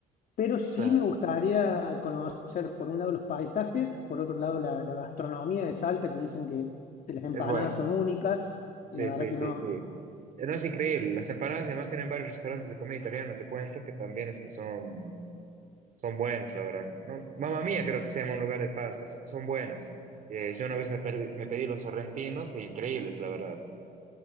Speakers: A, on the left; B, on the right.
A: Pero sí
B: claro.
A: me gustaría conocer, por un lado, los paisajes, por otro lado, la, la gastronomía de Salta, que dicen que, que las empanadas
B: Es bueno.
A: son únicas.
B: Sí,
A: La verdad
B: sí,
A: que
B: sí,
A: no,
B: sí. Eh, No es increíble. Las empanadas además tienen varios restaurantes de comida italiana, te cuento, que también este, son Son buenas, la verdad. No, Mamma Mía creo que se llama un lugar de pastas. Son buenas. Eh, yo una vez me, perdí- me pedí los sorrentinos, e increíbles, la verdad.